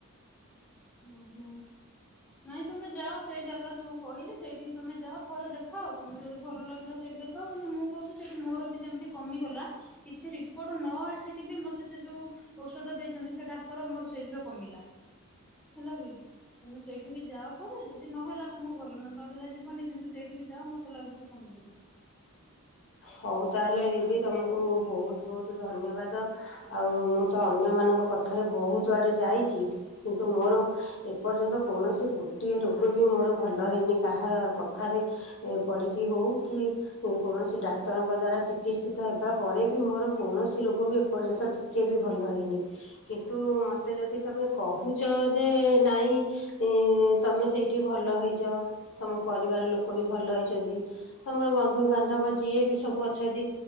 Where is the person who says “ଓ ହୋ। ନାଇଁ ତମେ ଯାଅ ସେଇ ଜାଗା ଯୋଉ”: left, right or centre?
Centre